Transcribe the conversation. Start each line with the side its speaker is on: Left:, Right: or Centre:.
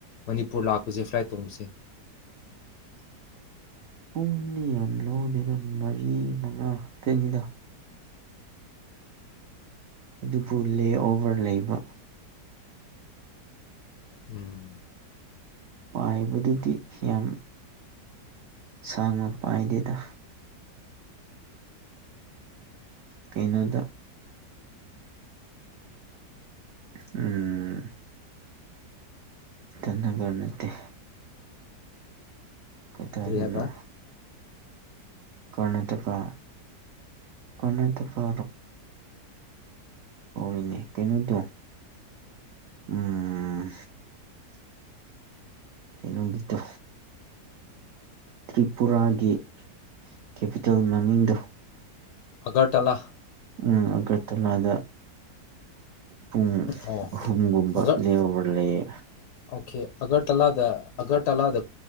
Left: ꯃꯅꯤꯄꯨꯔ ꯂꯥꯛꯄꯁꯦ ꯐ꯭ꯂꯥꯏꯠ ꯇꯣꯡꯕꯁꯦ
Right: ꯎꯝ ꯑ ꯌꯥ ꯂꯧꯥꯎꯗꯅ ꯃꯔꯤ ꯑꯉ ꯇꯅꯤꯗ ꯑꯗꯨꯕꯨ ꯂꯦꯑꯣꯚꯔ ꯂꯩꯕ
Left: ꯎꯝ
Right: ꯄꯥꯏꯕꯗꯨꯗꯤ ꯌꯥꯝ ꯁꯥꯡꯅ ꯄꯥꯏꯗꯦꯗ ꯀꯩꯅꯣꯗ ꯎꯝ ꯇꯟꯅꯒꯔ ꯅꯠꯇ ꯀꯗꯥꯥꯏꯗꯅꯣ
Left: ꯀꯔꯤ ꯍꯥꯏꯕ
Right: ꯀꯔꯅꯥꯇꯀ ꯀꯔꯅꯥꯇꯀꯣ ꯑꯣꯏꯔꯤꯅꯦ ꯀꯩꯅꯣꯗꯣ ꯎꯝ ꯀꯩꯅꯣꯒꯤꯗꯣ ꯇ꯭ꯔꯤꯄꯨꯔꯥꯒꯤ ꯀꯦꯄꯤꯇꯦꯜ ꯃꯃꯤꯡꯗꯣ
Left: ꯑꯒꯔ ꯇꯂꯥ
Right: ꯎꯝ ꯑꯒ꯭ꯔꯇꯂꯥꯗ ꯄꯨꯡ
Left: ꯑꯣ
Right: ꯑꯍꯨꯝꯒꯨꯝꯕ
Left: ꯑꯒꯔ
Right: ꯂꯦꯕ ꯂꯩꯌꯦ
Left: ꯑꯣꯀꯦ ꯑꯒꯔꯇꯂꯥꯗ ꯑꯒꯔꯇꯂꯥꯗ